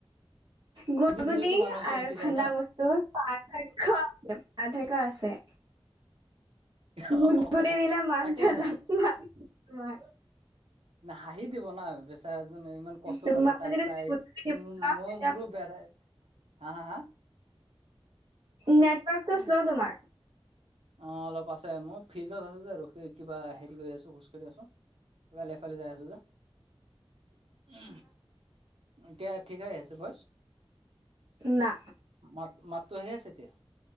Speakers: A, on the right; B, on the right.
A: গুদগুদি
B: দিলেতো মানুহ চমকি
A: আৰু ঠাণ্ডা
B: যায় ন
A: বস্তুৰ পাৰ্থক্য আছে, পাৰ্থক্যয় আছে।
B: অ'
A: গুদগুদি দিলে মানুহটোৱে
B: তাকে নেকি?
A: লাত মাৰি তোমাৰ
B: হাঁহি দিব না। বেচাৰা জনে ইমান কষ্টত
A: তোমাক
B: আছে, তাক
A: যদি
B: চাই,
A: গুদগুদি দিব
B: ত
A: যাওঁ
B: মই
A: তেতিয়া
B: মোৰো বে হা হা হা?
A: নেটৱৰ্কটো শ্ল' তোমাৰ।
B: অ' অলপ আছে, মই ফিল্ডত আছো যে, আৰু কিবা হেৰি কৰি আছো খোজ কাঢ়ি আছো। বাল এফালে যাই আছো।
A: <inaudible>
B: উ এতিয়া ঠিকেই আছে বছ।
A: না।
B: মাত মাত টো আহি আছে এতিয়া?